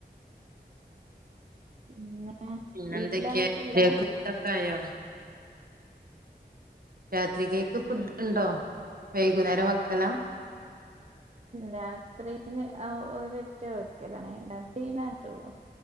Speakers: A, on the right; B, on the right.
A: പിന്നെ
B: പിന്നെന്തൊക്കെയാ
A: വീട്ടിലാരൊക്കെയുള്ളേ
B: ഉച്ചക്കക് ഫുടൊക്കെ ആയോ രാത്രി കേക്ക് ഫുഡ് ഉണ്ടോ വൈകുന്നേരം വെക്കാല
A: രാത്രിയിൽ ആഹ ഒരൊറ്റ വെക്കലാണ് രാത്രി <unintelligible>